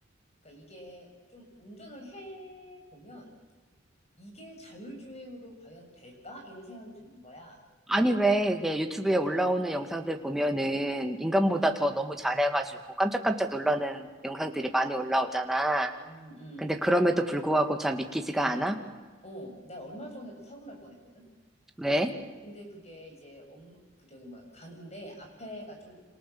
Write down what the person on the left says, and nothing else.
그러니까 이게 좀 운전을 해보면 이게 자율주행으로 과연 될까? 이런 생각이 드는 거야.
응,
응, 응, 응.
어,
어. 나 얼마 전에도 사고 날 뻔했거든?
근데 그게 이제 엄, 그 저기 뭐야. 가는데 앞에가 좀,